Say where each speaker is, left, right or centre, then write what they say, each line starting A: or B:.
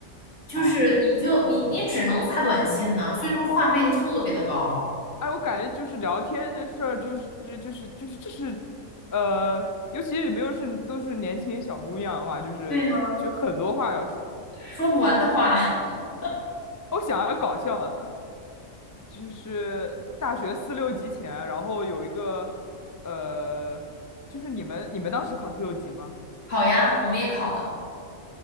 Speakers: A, on the left (about 60°); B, on the left (about 30°).
A: 就是你就你你只能发短信呢，
B: 嗯，对，
A: 所以说话费就特别的高，
B: 哎，我感觉就是聊天的事儿、就是就是，就是这是，呃，尤其是没有是都是年轻小姑娘的话，就是就很多话要说。
A: 对呀。说不完的话。<laughs>
B: 我想要搞笑的，就是大学四六级前，然后有一个，呃，就是你们你们当时考四六级吗？
A: 考呀，我们也考的。